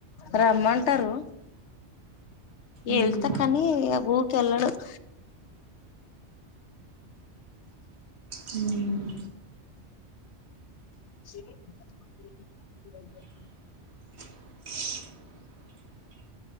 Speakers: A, on the left (about 75°); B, on the right (about 65°).
A: రమ్మంటారు వెళ్తా
B: ఉమ్
A: కానీ ఊకెల్లడు <inaudible>
B: హ్మ్
A: <inaudible>
B: <inaudible>